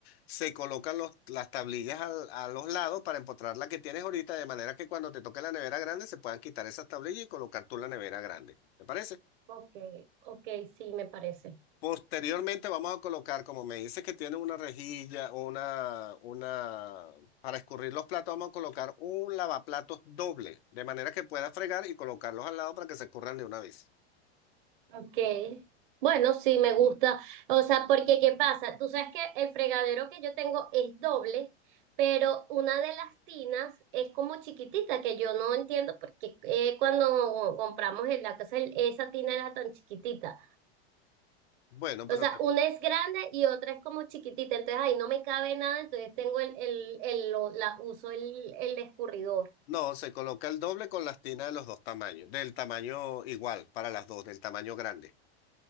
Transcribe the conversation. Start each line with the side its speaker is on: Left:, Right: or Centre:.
Left: Se colocan los- las tablillas al- a los lados para empotrar la que tienes ahorita, de manera que cuando te toque la nevera grande se puedan quitar esas tablillas y colocar tú la nevera grande. ¿Te parece?
Right: Ok, ok, sí, me parece.
Left: Posteriormente vamos a colocar, como me dice que tiene una rejilla, una, una, para escurrir los platos, vamos a colocar un lavaplatos doble, de manera que pueda fregar y colocarlos al lado para que se escurran de una vez.
Right: Ok. Bueno, sí, me gusta. O sea, porque ¿qué pasa? Tú sabes que el fregadero que yo tengo es doble, pero una de las tinas es como chiquitita, que yo no entiendo porque eh, cuando compramos en la casa el- esa tina era tan chiquitita.
Left: Bueno, pero
Right: O sea,
Left: se-
Right: una es grande y otra es como chiquitita, entonces ahí no me cabe nada, entonces tengo el, el, el, lo- la, uso el, el escurridor.
Left: no, se coloca el doble con las tinas de los dos tamaños, del tamaño igual para las dos, del tamaño grande.